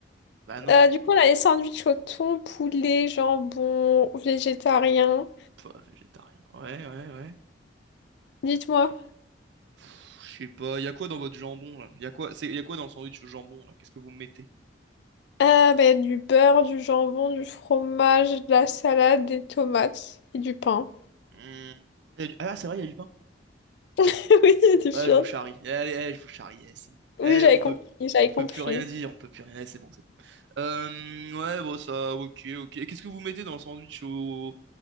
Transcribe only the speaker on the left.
euh, du coup, on a les sandwichs au thon, poulet, jambon, végétarien.
Dites-moi.
Ah, bah, du beurre, du jambon, du fromage, de la salade, des tomates et du pain.
<laughs> Oui, du
pain.
Oui,
j'avais
compris,
j'avais
compris.